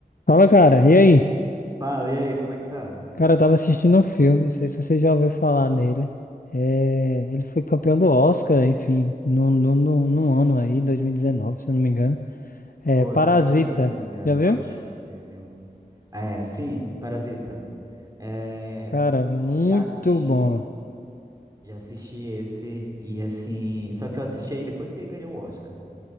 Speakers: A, on the left; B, on the right.
A: Fala, cara. E aí?
B: Fala, e aí, como é que tá?
A: Cara, eu tava assistindo um filme, não sei se você já ouviu falar nele. É, ele foi campeão do Oscar, enfim, num, num, num num ano aí, 2019, se eu não me engano. É,
B: Foi,
A: Parasita.
B: foi antes da pandemia, eu
A: Já viu?
B: acho que teve um. É, sim, Parasita. É,
A: Cara, muito
B: já assisti,
A: bom.
B: já assisti esse, e assim. Só que eu assisti aí depois que ele ganhou o Oscar.